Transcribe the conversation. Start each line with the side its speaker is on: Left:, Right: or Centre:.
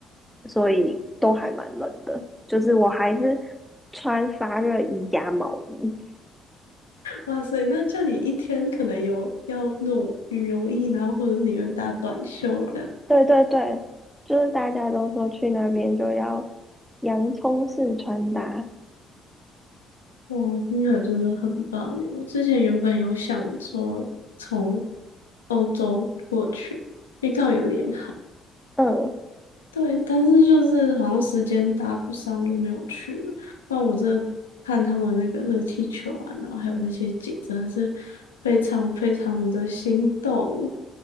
Centre: 所以都还蛮冷的。就是我还是穿发热衣加毛衣。
Left: 哇塞，那叫你一天可能有要那种羽绒衣，然后或者是里面搭短袖这样。
Centre: 对对对，就是大家都说去那边就要洋葱式穿搭。
Left: 哇，听起来真的很棒耶我之前原本有想说从欧洲过去，因为刚好有联航，
Centre: 嗯，
Left: 对，但是就是好像时间搭不上，就没有去了。不然我真的看他们那个热气球啊，然后还有那些景，真的是非常非常的心动。